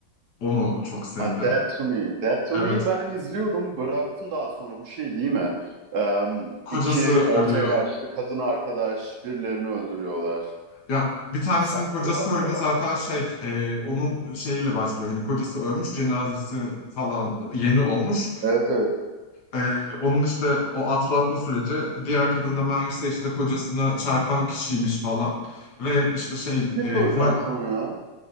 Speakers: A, on the left (about 60°); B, on the right (about 60°).
A: Onu çok sevdim.
B: Ha, Dead to Me. Dead to
A: Evet.
B: Me'yi ben izliyordum. Bıraktım daha sonra. Bu şey değil mi? Eee
A: Kocası
B: iki
A: ölüyor.
B: orta yaşlı kadın arkadaş birilerini öldürüyorlar.
A: Ya bir tanesinin
B: Saklıyorlar
A: kocası ölüyor
B: falan.
A: zaten şey e, onun şeyiyle başlıyor. Hani kocası ölmüş cenazesi falan yeni olmuş.
B: Evet evet.
A: E, onun işte o atlatma süreci diğer kadın da meğerse işte kocasına çarpan kişiymiş falan. Ve işte şey
B: Bir
A: e,
B: soracağım
A: far-
B: sana ya.